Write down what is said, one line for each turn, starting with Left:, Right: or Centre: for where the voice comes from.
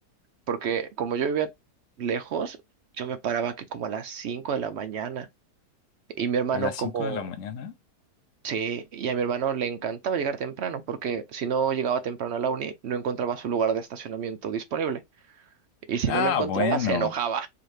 Right: porque como yo vivía lejos, yo me paraba que como a las cinco de la mañana Y mi hermano
Left: ¿A las
Right: como,
Left: 5 de la mañana?
Right: sí, y a mi hermano le encantaba llegar temprano, porque si no llegaba temprano a la uni, no encontraba su lugar de estacionamiento disponible. Y si
Left: Ah,
Right: no lo encontraba,
Left: bueno.
Right: se enojaba.